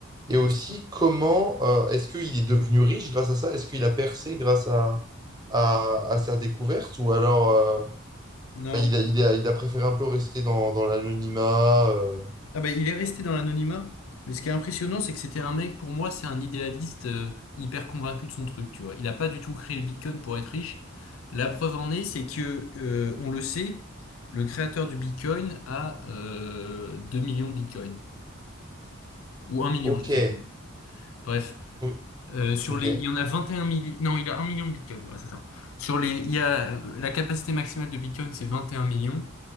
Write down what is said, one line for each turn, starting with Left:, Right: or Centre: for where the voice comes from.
Right: et aussi comment euh, est-ce qu'il est devenu riche grâce à ça? Est-ce qu'il a percé grâce à, à, à sa découverte ou alors... euh,
Left: Non.
Right: Enfin, il a, il a, il a préféré un peu rester dans, dans l'anonymat. euh,
Left: Ah ben, il est resté dans l'anonymat. Mais ce qui est impressionnant, c'est que c'était un mec, pour moi, c'est un idéaliste euh, hyper convaincu de son truc, tu vois. Il n'a pas du tout créé le Bitcoin pour être riche. La preuve en est, c'est que, euh, on le sait, le créateur du Bitcoin a euh, 2 millions de Bitcoin. Ou un million,
Right: Ok,
Left: je sais plus. Bref.
Right: O-
Left: Euh, sur
Right: ok,
Left: les, il y en a 21 millions, non, il a un million de bitcoins, voilà, c'est ça. Sur les, il y a, euh, la capacité maximale de bitcoin, c'est 21 millions,